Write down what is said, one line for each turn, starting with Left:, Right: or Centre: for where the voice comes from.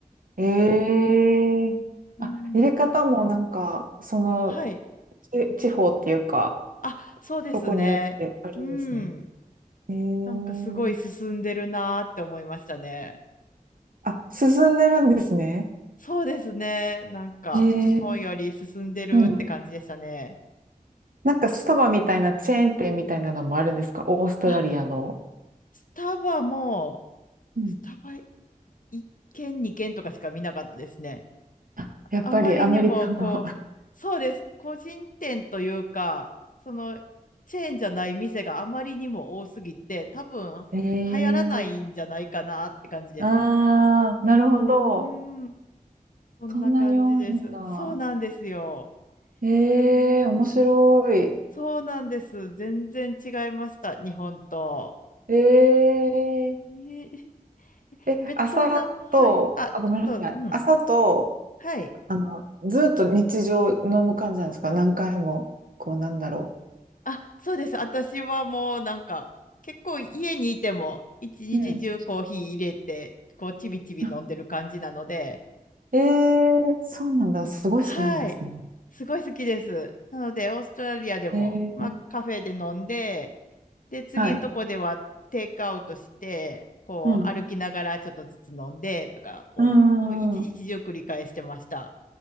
Right: ええあ、
Left: うん。
Right: 入れ方もなんか、その、
Left: はい。
Right: ち地方っていうか、
Left: あ、そうですね。
Right: どこによってあるんですね。
Left: うん。
Right: ええ
Left: なんかすごい進んでるなーって思いましたね。
Right: あ、進んでるんですね。
Left: そうですね。なんか、
Right: ええ
Left: 日本より進んでるって感じでしたね。
Right: うん。なんかスタバみたいなチェーン店みたいなのもあるんですかオーストラリアの。
Left: あ、スタバも、
Right: うん
Left: スタバ1軒、2軒とかしか見なかったですね。
Right: あ、やっぱりアメリカの。
Left: あまりにも、こう、そうです。個人店というか、その、チェーンじゃない店があまりにも多すぎて、多分、
Right: <laughs>
Left: 流行らないんじゃないかなって感じでした。
Right: ええああなるほど。
Left: うーん、そんな感じです。
Right: そんなに多いんだ。
Left: そうなんですよ。
Right: ええ面白い。
Left: えーそうなんです。全然違いました。日本と。
Right: ええ
Left: えー
Right: え、
Left: ベトナム
Right: 朝と、
Left: <laughs>、はい。あ、
Right: あ、ごめんなさい。
Left: どうぞ。うん。
Right: 朝と、
Left: はい。
Right: あの、ずっと日常飲む感じなんですか何回も、こう、なんだろ
Left: あ、そうです。私はもうなんか、結構家にいても、一日中コーヒー入れて、
Right: うん。うん。
Left: こう、ちびちび飲んでる感じなので、
Right: あえーそうなんだ。すごい好きなんですね。
Left: はい。すごい好きです。なので、オーストラリアでも、
Right: えー
Left: まあ、カフェで飲んで、で、次のとこではテイクアウトして、
Right: はい。
Left: こう歩きながらちょっとずつ飲んでとかを、
Right: うん。うんうんうん。
Left: もう一日中繰り返してました。